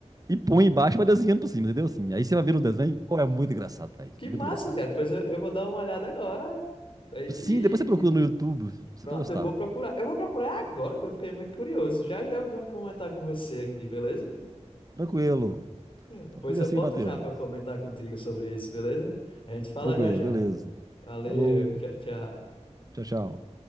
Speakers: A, on the right; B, on the left.
A: e põe embaixo e vai desenhando por cima, entendeu? Assim, aí você vai ver o desenho, oh é muito engraçado, velho.
B: que
A: Muito
B: massa,
A: engraçado.
B: cara. Pois eu, eu vou dar uma olhada agora. E,
A: Sim,
B: e-
A: depois você procura no YouTube, você
B: Pronto,
A: vai gostar.
B: eu vou procurar. Eu vou procurar agora que eu fiquei muito curioso. Já já eu venho comentar com você aqui, beleza?
A: Tranquilo.
B: Depois
A: Então fica
B: eu
A: assim,
B: volto
A: Matheus.
B: já para comentar contigo sobre isso, beleza? A gente fala
A: Tranquilo,
B: já já.
A: beleza.
B: Valeu,
A: Falou.
B: tchau, tchau.
A: Tchau, tchau.